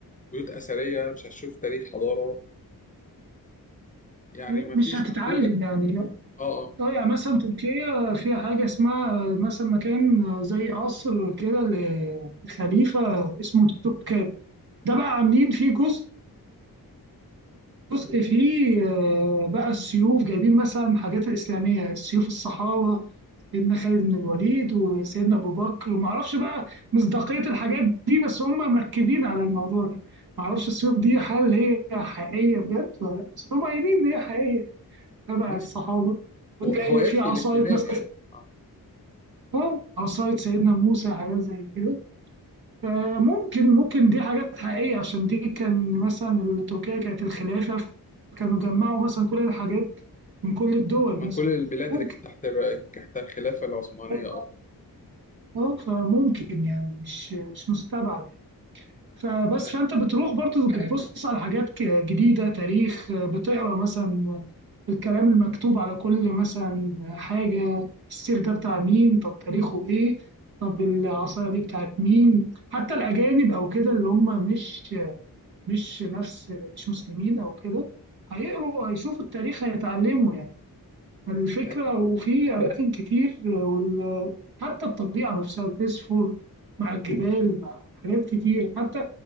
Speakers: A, on the left (about 20°); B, on the right (about 85°).
A: بيوت اثريه مش هتشوف تاريخ حضاره يعني
B: مش
A: ما فيش
B: هتتعلم
A: محدوده
B: يعني
A: اه اه
B: اه يعني مثلا تركيا فيها حاجة اسمها مثلا مكان زي قصر كده لخليفة اسمه توبكاب ده بقى عاملين فيه جزء جزء فيه آه، بقى السيوف جايبين مثلا حاجات الإسلامية سيوف الصحابة سيدنا خالد بن الوليد وسيدنا أبو بكر ومعرفش بقى مصداقية الحاجات دي بس هم مركزين على الموضوع ده معرفش السيوف دي هل هي حقيقية بجد ولا لأ، بس هم قايلين إن هي حقيقية تبع
A: ماشي
B: الصحابة وتلاقي
A: هو هو يكفي
B: في عصاية
A: الاهتمام
B: مثلا
A: يعني آه.
B: اه عصاية سيدنا موسى حاجات زي كده فممكن ممكن دي حاجات حقيقية عشان دي كان مثلا ال- تركيا كانت الخلافة كانوا جمعوا مثلا كل الحاجات من كل الدول
A: من
B: مثلا
A: كل البلاد
B: ممكن
A: اللي كانت تحت ال- تحت الخلافه العثمانيه اه
B: اه آه، فممكن يعني مش مش مستبعد يعني. فبس
A: آه،
B: فانت
A: اكيد
B: بتروح برضه بتبص على حاجات ك- جديدة تاريخ بتقرا مثلا الكلام المكتوب على كل مثلا حاجة السيف ده بتاع مين طب تاريخه إيه طب العصاية دي بتاعت مين حتى الأجانب أو كده اللي هم مش مش نفس مش مسلمين أو كده هيقروا هيشوفوا التاريخ هيتعلموا يعني الفكرة
A: آه،
B: وفي أماكن كتير وال... حتى الطبيعة نفسها البيسفور مع الجبال مع حاجات كتير حتى